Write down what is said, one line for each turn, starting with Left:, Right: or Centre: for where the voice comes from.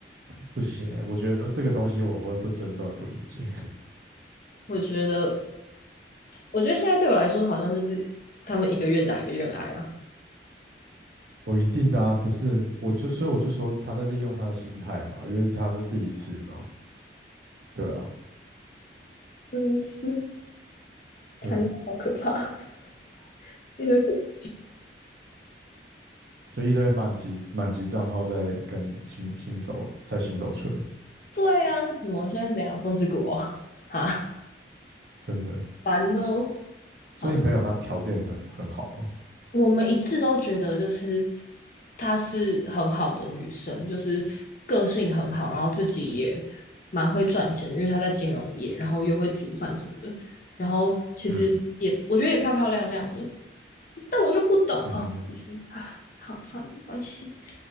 Right: 不行欸，我觉得这个东西我会不尊重也不理解。
Left: 我觉得，我觉得现在对我来说，好像就是他们一个愿打一个愿挨啊，
Right: 我一定的啊，不是，我就所以我就说他在利用他的心态嘛，因为他是第一次嘛，对啊，
Left: 真的是谈恋爱好可怕，
Right: 对，
Left: <laughs> 一堆
Right: 就一堆满级满级账号在跟新新手在新手村，
Left: 对啊，是什么？现在是怎样？风之谷哦，哈，
Right: 真的。
Left: 烦哦。
Right: 所以你朋友他条件很很好嘛，
Left: 好，我们一致都觉得就是她是很好的女生，就是个性很好，然后自己也蛮会赚钱的，因为她在金融业，然后又会煮饭什么的，然后其实也我觉得也漂漂亮亮的，
Right: 嗯
Left: 但我就不懂哦，
Right: 嗯哼，
Left: 就是啊，好算了，没关系，